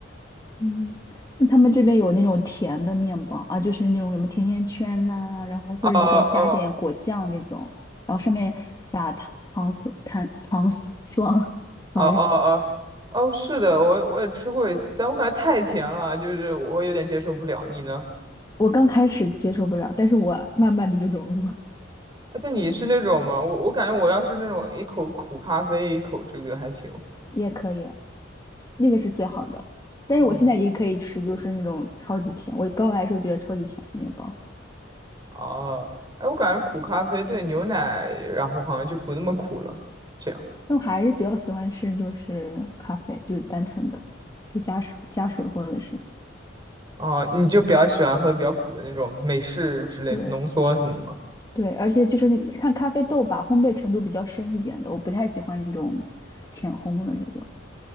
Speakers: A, on the left; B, on the right.
A: 嗯，那他们这边有那种甜的面包啊，就是那种什么甜甜圈呐、然后或者里边加点果酱这种，
B: 哦哦
A: 然后上面撒糖糖霜糖糖霜 <laughs>，sorry，
B: 哦哦哦哦，是的，我我也吃过一次，但我感觉太甜了，就是我有点接受不了。你呢？
A: 我刚开始接受不了，但是我慢慢的就融入了，
B: 啊，但你是那种吗？我我感觉我要是那种一口苦咖啡，一口这个还行。
A: 也可以，那个是最好的。但是我现在也可以吃，
B: 嗯，
A: 就是那种超级甜，我刚来的时候觉得超级甜的面包，
B: 哦，哎，我感觉苦咖啡对牛奶，然后好像就不那么苦了。这样。
A: 但我还是比较喜欢吃就是咖啡，就是单纯的，就加水加水或者是
B: 哦，你就比较喜欢喝比较苦的那种美式之类的浓缩什么的吗？
A: 对。对，而且就是那看咖啡豆吧，烘焙程度比较深一点的，我不太喜欢那种浅烘的那种，